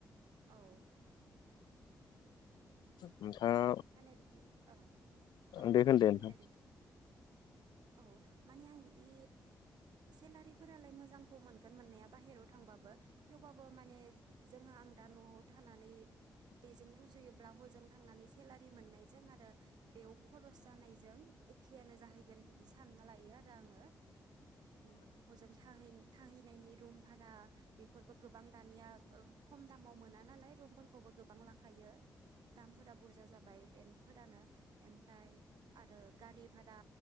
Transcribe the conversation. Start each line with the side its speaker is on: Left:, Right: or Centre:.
Right: औ
Left: नोंथाङा
Right: माने बिदि औ औ
Left: दे
Right: औ
Left: होनदे
Right: होनलाय
Left: नोंथां <inaudible>
Right: औ माने आं बिदि सेलारिफोरालाय मोजां थ मोनगोन मोननाया बाहेरायाव थांबाबो। थेवबाबो माने जोंहा आं दा न'आव थानानै बेजों रुजुयोब्ला हजों थांनानै सेलारि मोननायजों आरो बेयाव खरस जानायजों एखेनो जाहै बिदि सानना लायो आरो आङो बिदि हजों थाहै थाहैनायनि रुम भारा बेफोरबो गोबां दानिया खम दामाव मोना नालाय रुमफोरखौबो गोबां लाखायो दामफोरा बुरजा जाबाय रेन्टफोरानो। ओमफ्राय आरो गारि भारा